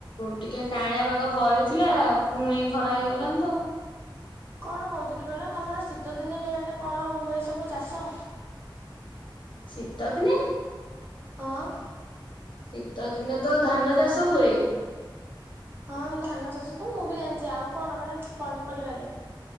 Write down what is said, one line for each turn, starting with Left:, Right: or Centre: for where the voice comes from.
Left: ଟିକେ କାଁଳିଆ ପାଗ କରିଥିଲା ପୁଣି ଖରା ହେଇଗଲା। ଲାନି ତ ଆଉ।
Right: କଣ କୋହୁଥିଲି କହିଲ ତମର ଶୀତ ଦିନେ ହେୟାଡେ କଣ ହୁଏ ସବୁ ଚାଷ?
Left: ଶୀତ ଦିନେ?
Right: ହଁ।
Left: ଶୀତ ଦିନେ ତ ଧାନ ଚାଷ ହୁଏ।
Right: ହଁ ଧାନ ଚାଷ ତ ମୁଁ ବି ଜାଣିଚି ଆଉ କଣ ମାନେ ପନିପରିବାରେ?